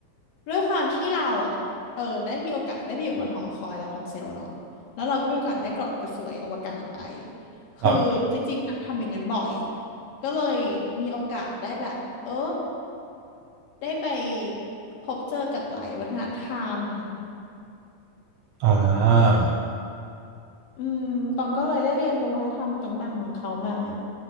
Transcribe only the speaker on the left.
ด้วยความที่เราอ่ะเออได้มีโอกาสได้ไปอยู่บนหอคอยลาพันเซลเนาะแล้วเราก็มีโอกาสได้เกาะกระสวยอวกาศไปคือจริงๆอะทำอย่างนั้นบ่อย
ก็เลยมีโอกาสได้แบบเออ ได้ไปพบเจอกับหลายวัฒนธรรม
อืมตองก็เลยได้เรียนรู้วัฒนธรรมต่างๆของเขามา